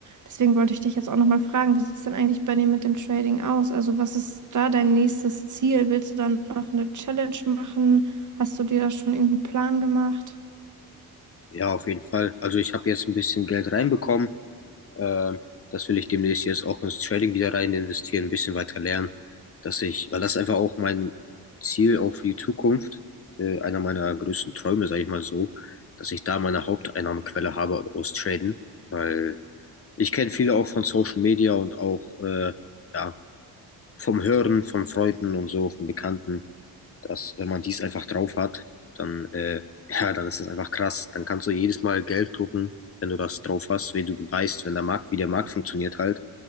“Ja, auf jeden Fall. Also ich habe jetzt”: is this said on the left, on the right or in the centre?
Left